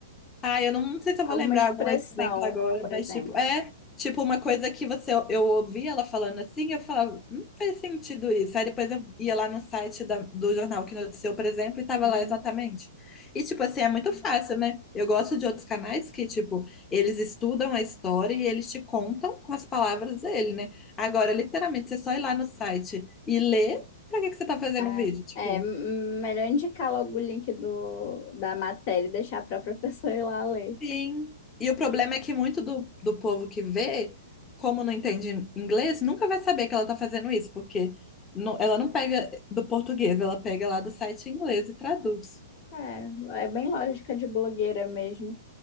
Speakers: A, on the left (about 20°); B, on the left (about 50°).
A: Ah, eu não sei se eu
B: alguma
A: vou lembrar
B: expressão,
A: algum exemplo agora,
B: por
A: mas
B: exemplo.
A: tipo, é tipo uma coisa que você eu ouvia ela falando assim, eu falava, não fez sentido isso. Aí depois eu ia lá no site da- do jornal que noticiou, por exemplo, e tava
B: Ah,
A: lá exatamente. E tipo assim, é muito fácil, né? Eu gosto de outros canais que, tipo, eles estudam a história e eles te contam com as palavras dele, né? Agora, literalmente, você só ir lá no site e ler, pra que que você tá fazendo
B: ah,
A: o vídeo? Tipo.
B: é m- melhor indicar logo o link do, da matéria e deixar a própria pessoa ir lá ler.
A: Sim. E o problema é que muito do, do povo que vê, como não entende inglês, nunca vai saber que ela tá fazendo isso, porque não- ela não pega do português, ela pega lá do site em inglês e traduz.
B: É, é bem lógica de blogueira mesmo.